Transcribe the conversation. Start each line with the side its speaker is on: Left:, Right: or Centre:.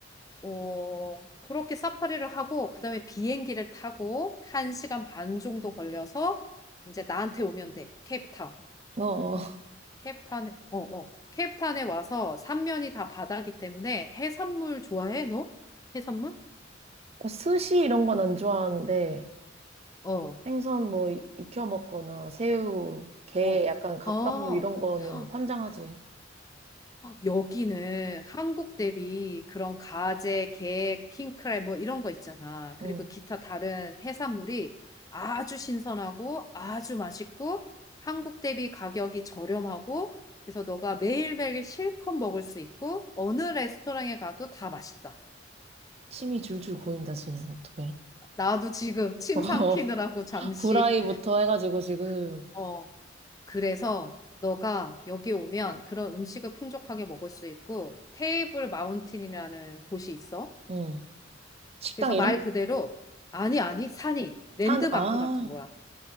Left: 어, 그렇게 사파리를 하고 그다음에 비행기를 타고 한시간반 정도 걸려서 이제 나한테 오면 돼. 케이프타운.
Right: 어.
Left: 케이프타운에 어, 어. 케이프타운에 와서 삼면이 다 바다기 때문에 해산물 좋아해, 너? 해산물?
Right: <laughs> 스시 이런 건 안 좋아하는데,
Left: 어.
Right: 생선 뭐 이- 익혀 먹거나, 새우, 게,
Left: 어,
Right: 약간 갑각류
Left: 어
Right: 이런 거는
Left: <gasps> 헉,
Right: 환장하지.
Left: 여기는 한국 대비 그런 가재, 게, 킹크랩 뭐 이런 거 있잖아. 그리고
Right: 응.
Left: 기타 다른 해산물이 아주 신선하고 아주 맛있고 한국 대비 가격이 저렴하고 그래서 너가 매일매일 실컷 먹을 수 있고 어느 레스토랑에 가도 다 맛있다.
Right: 침이 줄줄 고인다, 지금, 어떡해.
Left: 나도 지금 침
Right: <laughs> 어,
Left: 삼키느라고 잠시
Right: 브라이부터 해가지고 지금,
Left: <laughs> 어, 그래서 너가 여기 오면 그런 음식을 풍족하게 먹을 수 있고 테이블 마운틴이라는 곳이 있어.
Right: 응. 식당
Left: 그래서
Right: 이름?
Left: 말 그대로 아니 아니 산이 랜드마크
Right: 산, 아,
Left: 같은 거야.